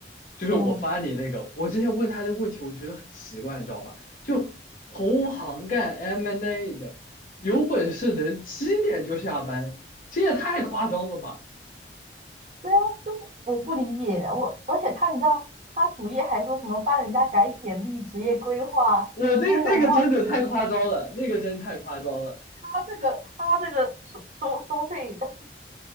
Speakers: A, on the left (about 50°); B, on the right (about 40°).
A: 就是我发你那个，
B: 嗯，
A: 我之前问他那个问题，我觉得很奇怪，你知道吧？就投行干 M&A n d A 的，有本事能七点就下班，这也太夸张了吧！
B: 对啊，就我不理解我，而且他你知道他主页还说什么帮人家改简历、职业规划、
A: 我那那个真的太夸张了，
B: 金融冒险，
A: 那个真太夸张了。
B: 他这个他这个收收收费，<laughs>